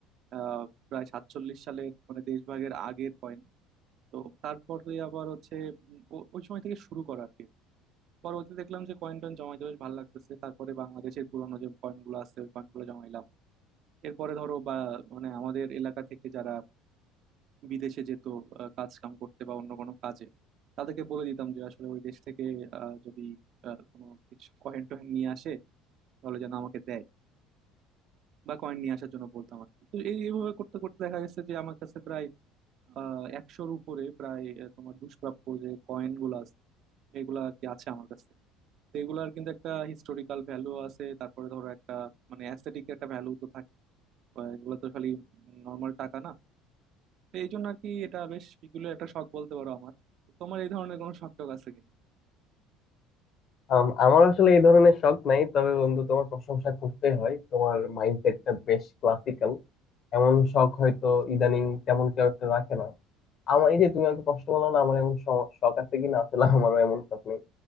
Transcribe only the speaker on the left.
আম, আমার আসলে এই ধরনের শখ নাই তবে বন্ধু তোমার প্রশংসা করতে হয় তোমার মাইন্ডসেটটা বেশ ক্লাসিক্যাল এমন শখ হয়তো ইদানিং তেমন কেউ একটা রাখে না আমার এই যে তুমি আমাকে প্রশ্ন করলো না আমার এমন শ- শখ আছে কিনা আসলে আমারও এমন শখ নেই